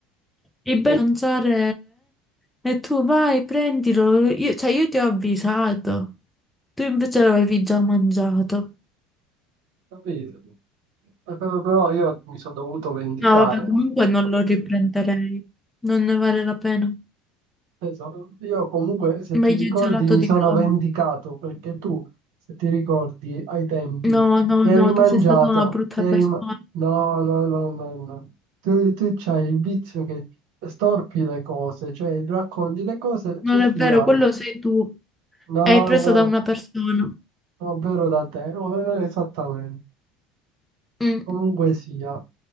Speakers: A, in the centre; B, on the right.
A: Il bello mangiare è e tu vai, prendilo. Io, cioè, io ti ho avvisato. Tu invece l'avevi già mangiato.
B: capito? Eh, Però però io mi sono dovuto vendicare.
A: No, vabbè, comunque non lo riprenderei. Non ne vale la pena.
B: Penso- Io comunque, se ti
A: Meglio
B: ricordi,
A: il gelato
B: mi
A: di
B: sono
A: Roma.
B: vendicato perché tu, se ti ricordi, ai tempi
A: No, no,
B: ti
A: no,
B: eri mangiato,
A: tu sei stata una brutta
B: ti eri
A: persona.
B: ma- No, no, no, no, no. Tu, tu c'hai il vizio che storpi le cose, cioè racconti le cose
A: Non
B: sul
A: è
B: finale.
A: vero, quello sei tu.
B: No,
A: Hai preso
B: no.
A: da una persona.
B: ovvero da te, no, eh, esattamente.
A: Mm.
B: Comunque sia,